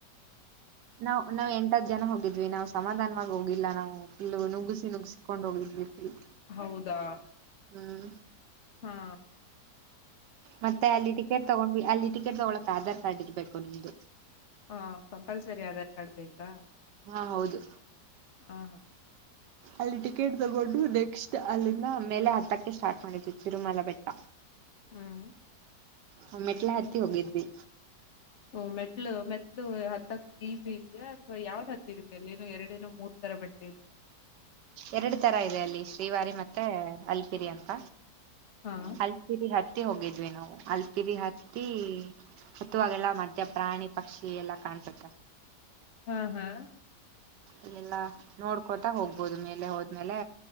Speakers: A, on the right (about 80°); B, on the left (about 45°).
A: ನಾವ್ ನಾವ್ ಎಂಟ್ ಹತ್ತ್ ಜನ ಹೋಗಿದ್ವಿ ನಾವ್ ಸಮಾಧಾನ ವಾಗ್ ಹೋಗಿಲ್ಲ ನಾವು ಇಲ್ಲ ನುಗ್ಗಸಿ ನುಗ್ಸಿಕೊಂಡ್ ಹೋಗಿದ್ವಿ ತಿಲ್
B: ಹೌದಾ
A: ಹ್ಮ್
B: ಹಾ
A: ಮತ್ತೆ ಅಲ್ಲಿ ಟಿಕೆಟ್ ತಗೊಂಡ್ ಅಲ್ಲಿ ಟಿಕೆಟ್ ತಗೊಳಕ್ ಆಧಾರ್ ಕಾರ್ಡ್ ಇರ್ಬೇಕು ನಿಮ್ದು.
B: ಹಾ ಕಂಪಲ್ಸರಿ ಆಧಾರ್ ಕಾರ್ಡ್ ಬೇಕಾ?
A: ಹಾ ಹೌದು
B: ಹ ಹಾ
A: ಅಲ್ಲಿ ಟಿಕೆಟ್ ತಗೊಂಡು ನೆಕ್ಸ್ ಟ್ ಅಲ್ಲಿಂದ ಮೇಲೆ ಹತ್ತಕ್ಕೆ ಸ್ಟಾರ್ಟ್ ಮಾಡಿದ್ವಿ ತಿರುಮಲ ಬೆಟ್ಟ.
B: ಹ್ಮ್
A: ಓ ಮ್ಮೆಟ್ಲೆ ಹತ್ತಿ ಹೋಗಿದ್ವಿ.
B: ಹ ಮೆಟ್ಲು ಮೆಟ್ಲು ಹತ್ತಕ್ ಈಸಿ ಇದ್ಯಾ ಅಥವಾ ಯಾವ್ದ್ ಹತ್ತಿದ ಎಲ್ಲೆನೊ ಎರಡೇನೋ ಮೂರ್ ತರ ಮೆಟ್
A: ಎರಡು ತರ ಇದೆ ಅಲ್ಲಿ ಶ್ರೀವಾರಿ ಮತ್ತೆ ಅಲ್ಪಿರಿ ಅಂತ
B: ಹಾ
A: ಹಲ್ಪಿರಿ ಹತ್ ಹತ್ತಿ ಹೋಗಿದ್ವಿ ನಾವು ಅಲ್ಪಿರಿ ಹತ್ತಿ ಹತ್ತುವಾಗೆಲ್ಲ ಮದ್ಯ ಪ್ರಾಣಿ ಪಕ್ಷಿ ಎಲ್ಲ ಕಾಣ್ಸುತ್ತೆ
B: ಹಾ ಹಾ
A: ಇಲ್ಲಲ್ಲಾ ನೋಡ್ಕೊತಾ ಹೋಗ್ಬೋದು ಮೇಲೆ ಹೋದ್ಮೇಲೆ